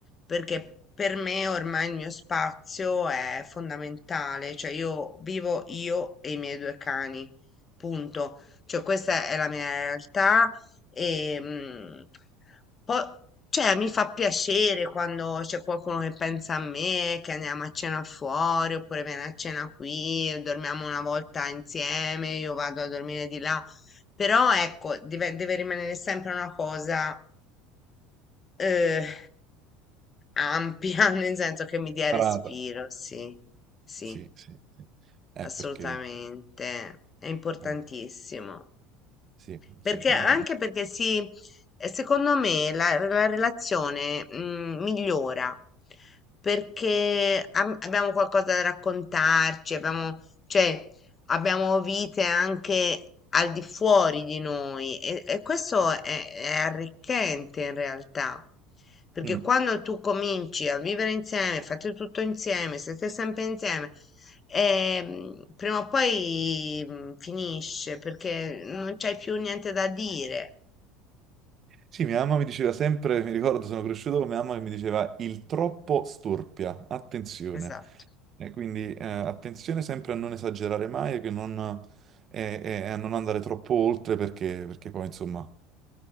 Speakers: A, on the left; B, on the right.
A: perché per me ormai il mio spazio è fondamentale, cioè io vivo io e i miei due cani, punto. Cioè, questa è la mia realtà e, mm, poi, cioè, mi fa piacere quando c'è qualcuno che pensa a me, che andiamo a cena fuori, oppure viene a cena qui, dormiamo una volta insieme, io vado a dormire di là. Però, ecco, deve, deve rimanere sempre una cosa, eh, ampia, <laughs> nel senso che mi dia
B: Parata.
A: respiro, sì, sì,
B: Sì, sì, sì. Eh,
A: assolutamente.
B: perché...
A: È importantissimo.
B: oh, Sì, sì,
A: Perché
B: no.
A: anche perché si, eh, secondo me la, la relazione mm, migliora perché am- abbiamo qualcosa da raccontarci, abbiamo, cioè, abbiamo vite anche al di fuori di noi e, e questo è, è arricchente in realtà. Perché
B: mm.
A: quando tu cominci a vivere insieme, fate tutto insieme, siete sempre insieme, Ehm, prima o poi mm, finisce perché non c'hai più niente da dire.
B: Sì, mia mamma mi diceva sempre, mi ricordo, sono cresciuto con mia mamma che mi diceva il troppo storpia, attenzione.
A: Esatto.
B: E quindi eh, attenzione sempre a non esagerare mai e, che non- e- e- e a non andare troppo oltre perché, perché poi insomma